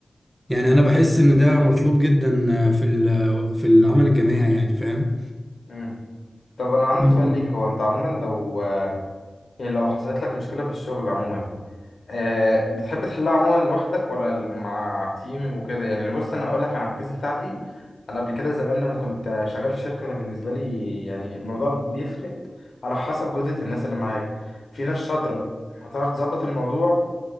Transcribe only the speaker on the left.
مم. طب انا عندي
سؤال ليك هو انت عموما لو يعني لو حصلت لك مشكلة في الشغل عموما آه، بتحب تحلها عموما لوحدك ولا مع تيم وكده يعني بص انا اقول لك انا الكيس بتاعتي انا قبل كده زمان لما كنت شغال في شركه انا بالنسبه لي يعني الموضوع بيفرق على حسب جوده الناس اللي معاك في ناس شاطره هتعرف تظبط الموضوع